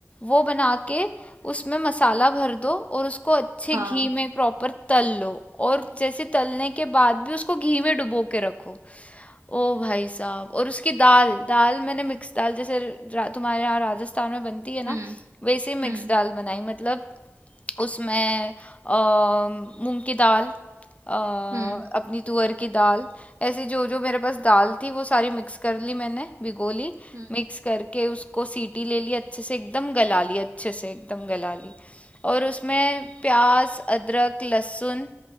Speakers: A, on the left; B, on the right.
A: वो बना के उसमें मसाला भर दो और उसको अच्छे
B: हाँ
A: घी में प्रॉपर तल लो और जैसे तलने के बाद भी उसको घी में डुबो के रखो ओ
B: हम्म
A: भाई साहब और उसकी दाल दाल मैंने मिक्स दाल जैसे रा, तुम्हारे यहाँ राजस्थान में बनती है ना
B: हम्म
A: वैसे
B: हम्म
A: मिक्स दाल बनाई मतलब उसमें अ, मूंग की दाल अ,
B: हम्म
A: अपनी तुअर की दाल ऐसे जो जो मेरे पास दाल थी वो सारी मिक्स कर ली मैंने भिगो ली
B: हम्म
A: मिक्स करके उसको सीटी ले ली अच्छे से एकदम गला ली अच्छे से एकदम गला ली और उसमें प्याज अदरक लहसुन